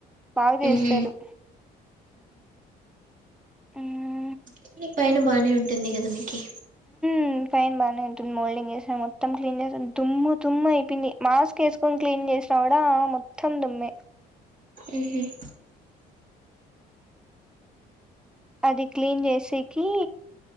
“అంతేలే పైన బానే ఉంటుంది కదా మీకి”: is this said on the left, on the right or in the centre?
Right